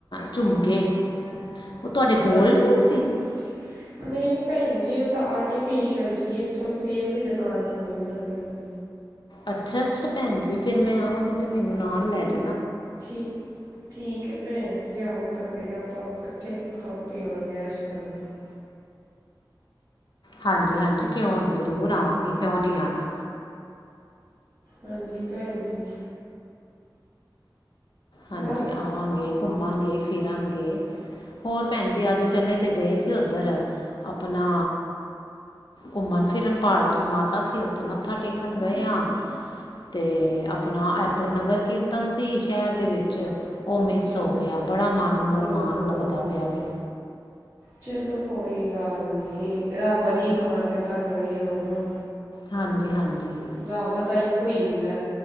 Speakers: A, on the left (about 65°); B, on the right (about 30°).
A: ਝੁਮਕੇ। ਉਹ ਤੁਹਾਡੇ
B: ਹਾਂਜੀ
A: ਗੋਲਡ ਦੇ ਸੀ
B: ਨਹੀਂ ਭੈਣ ਜੀ ਉਹ ਤਾਂ ਆਥੋਂ ਸੇਲ ਦੀ ਦੁਕਾਨ ਤੋਂ ਮਿਲ ਜਾਂਦੇ ਨੇ
A: ਅੱਛਾ ਅੱਛਾ ਭੈਣ ਜੀ ਫੇਿਰ ਮੈਂ ਆਵਾਂਗੀ ਤੇ ਮੈਨੂੰ ਨਾਲ ਲੈ ਜਾ
B: ਠੀ ਠੀਕ ਹੈ ਭੈਣ ਜੀ ਆਓ ਤਾਂ ਸਹੀ ਆਪਾਂ ਇਕੱਠੇ ਖਾਓ ਪੀਵਗਏ ਐਸ਼ ਕਰਾ ਗਏ
A: ਹਾਂਜੀ ਹਾਂਜੀ ਕਿਉਂ ਨੀ ਜ਼ਰੂਰ ਆਵਾਂਗੀ ਕਿਉਂ ਨਹੀਂੀ ਆਣਾ
B: ਹਾਂਜੀ ਭੈਣ ਜੀ
A: ਹਾਂਜੀ
B: ਬਸ
A: ਆਵਾਂਗੇ ਘੁੰਮਾਂਗੇ ਫਿਰਾਂਗੇ ਹੋਰ ਭੈਣ ਜੀ ਅੱਜ ਚਲੇੇ ਤੇ ਗਏ ਸੀ ਉੱਧਰ ਆਪਣਾ ਘੁੰਮਣ ਫਿਰਨ ਪਹਾੜਾਂ ਵਾਲੀ ਮਾਤਾ ਸੀ ਉੱਥੇ ਮੱਥਾ ਟੇਕਣ ਗਏ ਹਾਂ ਤੇ ਆਪਣਾ ਐਦਰ ਨਗਰ ਕੀਰਤਨ ਸੀ ਸ਼ਹਿਰ ਦੇ ਵਿੱਚ ਅੱਚ ਉਹ ਮਿਸ
B: ਅੱਛਾ
A: ਹੋ ਗਿਆ ਬੜਾ ਮਨ ਨੂੰ
B: ਓਹੋ
A: ਅਰਮਾਨ ਲੱਗਦਾ ਪਿਆ ਵ
B: ਚਲੋ ਕੋਈ ਗੱਲ ਨੀ ਰੱਬ ਦੀ ਥਾਂ ਤੇ ਤਾਂ ਗਏ ਹੋ ਨਾ
A: ਹਾਂਜੀ ਹਾਂਜੀ
B: ਰੱਬ ਤਾਂ ਇੱਕੋ ਹੀ ਹੁੰਦਾ